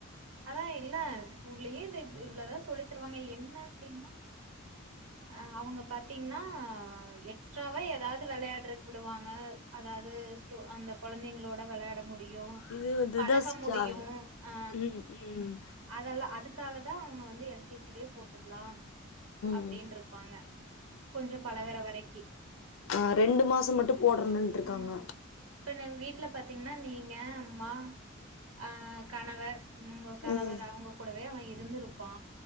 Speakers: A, on the right; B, on the left.
A: அதா இல்ல ஸ்கூல்லயே இவ்ளதா சொல்லி தருவாங்க என்ன அப்டினா அ அவுங்க பாத்தீங்னா எக்ஸ்ட்ராவா எதாவது வெளையாடறக்கு விடுவாங்க அதாவது ஸ்டோ அந்த கொழந்தைங்களோட வெளாட முடியு
B: இது வந்துதா
A: பழக
B: ஸ்டார்
A: முடியு ஆ
B: ம் ம்
A: அதெல்லா அதுக்காகதா அவுங்க வந்து எல் கே ஜிலயே போட்டுக்கலா அப்டின்றுப்பாங்க
B: ம்
A: கொஞ்சோ பழகற வரைக்கி
B: அ ரெண்டு மாசம் மட்டு
A: ம்
B: போடறன்ட்டு இருக்காங்க
A: ம் இப்ப நம் வீட்ல பாத்தீங்னா நீங்க அம்மா அ கணவர் உங்க கணவர்
B: ம்
A: அவுங்க கூடவே அவன் இருந்திருப்பா